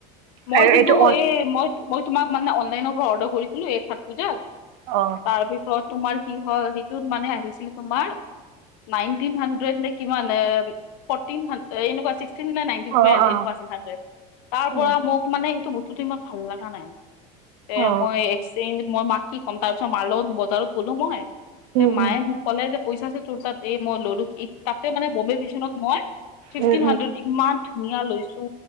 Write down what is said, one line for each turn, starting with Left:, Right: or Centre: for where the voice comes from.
Left: মই
Right: আৰু
Left: কিন্তু
Right: এইটো অ
Left: এই মই মই তোমাক মানে অনলাইনৰ পৰা অৰ্ডাৰ কৰিছিলোঁ এই চত পূজাত।
Right: অ।
Left: তাৰপিছত তোমাৰ কি হয় সেইটোত মানে আহিছিল তোমাৰ নাইনটিন হান্দ্ৰেড নে কিমান এ ফৰ্টি এনেকুৱা চিক্সতিন নে নাইনটিন ৰাতিপুৱা
Right: অ
Left: আনে
Right: অ
Left: এনেকুৱা আছিল হেতে। পুৰা
Right: উম
Left: মোক মানে সেইটো বস্তুতটো ইমান ভাল লগা নাই তে
Right: অ
Left: মই। চেং মই মাক কি ক'ম তা পিছত মা লগত বজাৰত গ'লো মই,
Right: উম
Left: মায়ে
Right: উম
Left: মোক ক'লে যে পইচা তোৰাত এই মই ললো তাতে মানে বম্বে মিশনত মই ফিফটিন
Right: উম
Left: হাড্ৰেড ইমান ধুনীয়া লৈছো